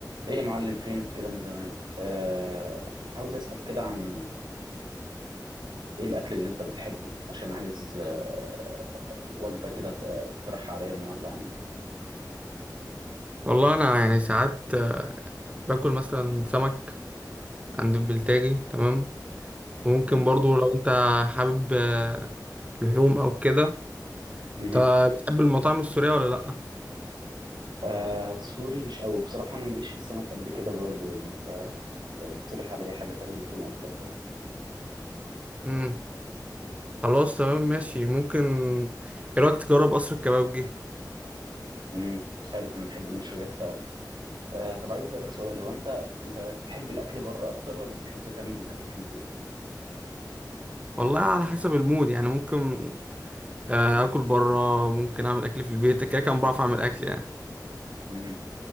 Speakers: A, on the right (about 85°); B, on the right (about 20°).
A: ايه يا معلم فينك كده من زمان آه عاوز اسأل كده عن ايه الاكل اللي انت بتحبه عشان عايز آه وجبة كده ت- تقترحها عليا النهارده اعمل
B: والله انا يعني ساعات آه، باكل مثلا سمك عند البلتاجي تمام وممكن
A: تمام
B: برضو لو انت حابب آه، لحوم او كده
A: مهم.
B: انت بتحب المطاعم السورية ولا لا
A: آه سوري مش قوي بصراحة انا ماليش في السمك قد كده برضو يعني فلو تقترح عليا حاجة تانية يكون افضل برضو
B: امم خلاص تمام ماشي ممكن ايه رايك تجرب قصر الكبابجي
A: امم حلو انا بحب المشويات فعلا آه طب عايز اسألك سؤال هو انت انت تحب الاكل بره اكتر ولا تحب تعمل الاكل في البيت
B: والله على حسب المود يعني ممكن آه، اكل بره ممكن اعمل اكل في البيت كده كان بعرف اعمل اكل يعني
A: امم